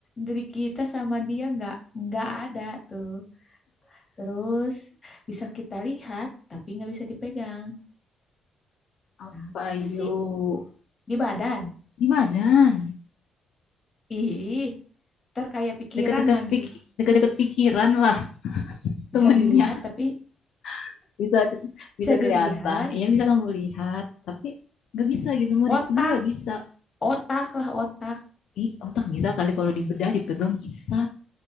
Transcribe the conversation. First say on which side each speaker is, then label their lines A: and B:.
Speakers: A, on the left; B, on the left.
A: dari kita sama dia nggak nggak ada tuh. Terus bisa kita lihat, tapi nggak bisa dipegang.
B: apa
A: Apa sih?
B: yuk
A: Di badan.
B: di badan
A: Ih, ntar kayak pikiran
B: dekat-dekat
A: lagi.
B: pik- dekat-dekat pikiran lah temennya
A: Bisa dilihat tapi
B: <laughs> bisa bisa
A: bisa dilihat
B: kelihatan iya bisa kamu lihat tapi nggak bisa gitu mau dipegang
A: otak
B: nggak bisa
A: otak lah otak
B: Ih, otak bisa kali kalau dibedah dipegang bisa